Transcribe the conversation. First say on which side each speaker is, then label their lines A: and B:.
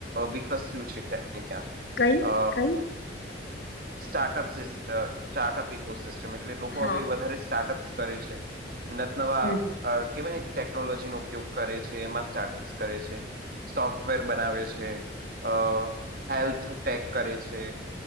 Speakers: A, on the right (about 55°); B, on the left (about 65°).
A: વિકસ્યું છે ક્યાંક ને ક્યાંક.
B: કઈ
A: અ
B: કઈ
A: સ્ટાર્ટઅપ <unintelligible> સ્ટાર્ટઅપ ઈકોસિસ્ટ એટલે લોકો
B: હા
A: અવે વધારે સ્ટાર્ટઅપસ કરે છે. નતનવા
B: હમ
A: કેવાય ને ટેકનોલોજીનો ઉપયોગ કરે છે એમાં સ્ટાર્ટઅપ્સ કરે છે. સોફ્ટવેર બનાવે છે અ હેલ્થ ટેક કરે છે.